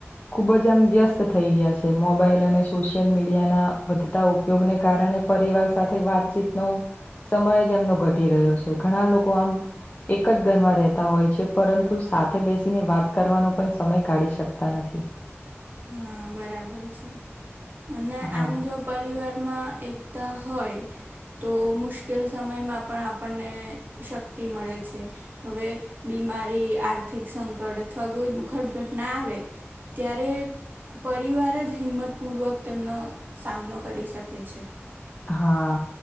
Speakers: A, on the left; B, on the right.
A: ખૂબ જ આમ વ્યસ્ત થઈ ગયા છે. મોબાઈલ અને સોશિયલ મીડિયાના વધ વધતા ઉપયોગને કારણે પરિવાર સાથે વાતચીતનો સમય જ એમનો ઘટી રહ્યો છે. ઘણા લોકો આમ એક જ ઘરમાં રહેતા હોય છે પરંતુ સાથે બેસીને વાત કરવાનો પણ સમય કાઢી શકતા નથી.
B: હા બરાબર છે અને
A: હા
B: આમ જો પરિવારમાં એકતા હોય તો મુશ્કેલ સમયમાં પણ આપણને શક્તિ મળે છે, હવે બીમારી આર્થિક સંકટ અથવા કોઈ દુઃખદ ઘટના આવે ત્યારે પરિવાર જ હિંમતપૂર્વક તેમનો સામનો કરી શકે છે,
A: હા